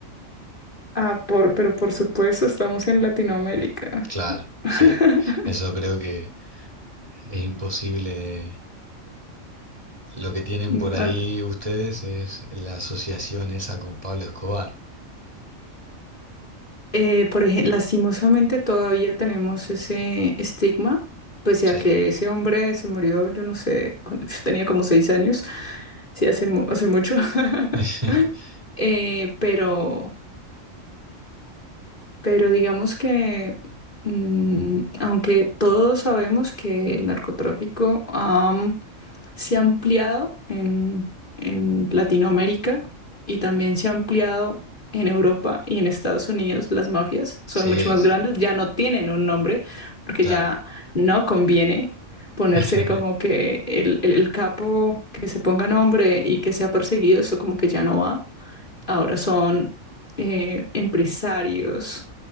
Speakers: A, on the left; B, on the right.
A: Ah, por, pero por supuesto, estamos en Latinoamérica.
B: claro,
A: <laughs>
B: sí, eso creo que es imposible Lo que tienen
A: Mm,
B: por ahí
A: Ah,
B: ustedes es la asociación esa con Pablo Escobar.
A: eh, por ejemplo, lastimosamente todavía tenemos ese estigma, pese
B: Sí,
A: a que ese hombre se murió, yo no sé, cuando yo tenía como seis años, sí, hace, mu- hace mucho, <laughs>
B: <laughs>
A: Eh, pero Pero digamos que, mm, aunque todos sabemos que el narcotráfico am, se ha ampliado en, en Latinoamérica y también se ha ampliado en Europa y en Estados Unidos, las mafias son
B: Sí,
A: mucho más
B: sí,
A: grandes, ya no tienen un nombre porque
B: claro,
A: ya no conviene ponerse
B: <laughs>
A: como que el, el el capo que se ponga nombre y que sea perseguido, eso como que ya no va. Ahora son eh, empresarios